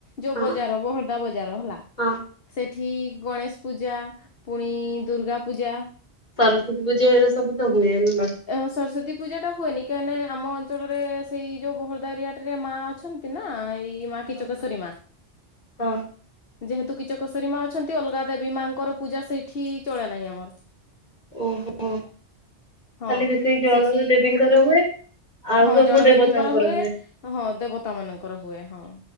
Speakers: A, on the left; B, on the left.
A: ଯୋଉ
B: ହଁ
A: ବଜାର <unintelligible> ମୀନା ବଜାର ହେଲା
B: ହଁ
A: ସେଠି ଗଣେଶ୍ ପୂଜା ପୁଣି ଦୁର୍ଗା ପୂଜା
B: ସରସ୍ଵତୀ ପୂଜା ଏଉରା ସବୁ ତ ହୁଏନି ନା।
A: ଏ ସରସ୍ଵତୀ ପୂଜାଟା ହୁଏନି କାହିଁ ନା ଆମ ଅଞ୍ଚଳରେ ସେଇ ଯୋଉ ବୋହୋଳଦା ଏରିଆଟାରେ ମା ଅଛ ଅଛନ୍ତି ନା ଏଇ ମା କିଚକଶ୍ଵରୀ
B: ହଁ ହଁ
A: ମା।
B: ହଁ
A: ଯେହେତୁ କିଚକଶ୍ଵରୀ ମା ଅଛନ୍ତି ଅଲଗା ଦେବୀ ମାଙ୍କର ପୂଜା ସେଇଠି ଚଳା ନାଇଁ ଆମର।
B: ଓହୋ
A: ହଁ
B: ଖାଲି ବି ସେଇ ଜଣ
A: ସେଠି
B: ଦେବୀଙ୍କର ହୁଏ। ଆଉ
A: ହଁ
B: ସବୁ
A: ଜଣଦେବୀଙ୍କର
B: ଦେବତାଙ୍କର
A: ହୁଏ ହଁ ଦେବତା ମାନଙ୍କର ହୁଏ ହଁ